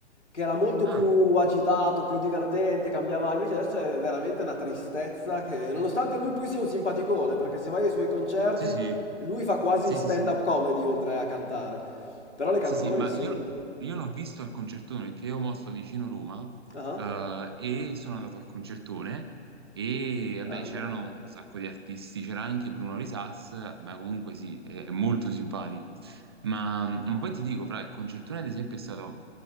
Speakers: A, on the left; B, on the right.
A: che era molto
B: ah,
A: più agitato, più divertente, cambiava. Invece adesso è veramente una tristezza che, nonostante lui poi sia un simpaticone, perché se vai ai suoi concerti...
B: sì, sì,
A: Lui fa quasi
B: sì,
A: stand-up
B: sì, sì.
A: comedy oltre a cantare, però le canzoni
B: Sì, sì, ma
A: sì.
B: io, io l'ho visto al concertone perché io mo sto vicino Roma
A: Ah,
B: eh, e sono andato al concertone e vabbè
A: grande.
B: c'erano un sacco di artisti, c'era anche Bruno Risas, ma comunque sì, è, è molto simpatico. Ma, ma poi ti dico, fra il concertone ad esempio è stato